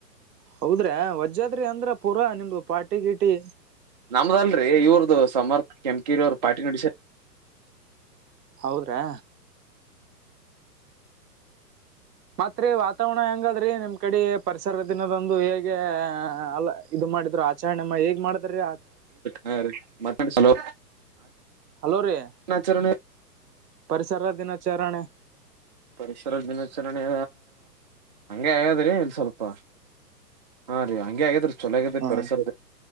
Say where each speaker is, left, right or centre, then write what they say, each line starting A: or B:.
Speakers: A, on the right; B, on the right.
A: ಹೌದ್ರೆ ವಜಾದ್ರಿ ಅಂದ್ರ ಪೂರಾ ನಿಮ್ದು ಪಾಟಿ ಗೀಟಿ
B: ನಮ್ದಲ್ರರಿ ಇವ್ರ್ದ ಸಮರ್ಥ ಕೆಂಕಿರಿ ಅವ್ರ ಪಾರ್ಟಿ ನಡಸ
A: ಹೌದ್ರಾ ಮತ್ರಿ ವಾತಾವರಣ ಹೆಂಗಾದ್ರಿ ನಿಮ್ ಕಡೆ ಪರಿಸರ ದಿನದಂದು ಹೇಗೆ ಅಲ್ಲ ಇದು ಮಾಡಿದ್ರು ಆಚರಣೆಮ್ಮ ಹೇಗ್ ಮಾಡ್ರೀ
B: ಹ ಹ ರೀ ಮತ್ತಲೋ
A: ಹಲೋ ರೀ
B: ಆಚಾರ
A: ಪರಿಸರ ದಿನಾಚರಣೆ
B: ಪರಿಸರದ ದಿನಾಚರಣೆ ಹಂಗೆ ಆಗಾದ್ರಿ ಇಲ್ಲಿ ಸ್ವಲ್ಪ ಹಾ ರೀ ಹಂಗೆ ಆಗೇರಿ ಚೊಲೋ ಆಗೇದರಿ
A: ಹ್ಮ್
B: ಪರಿಸರ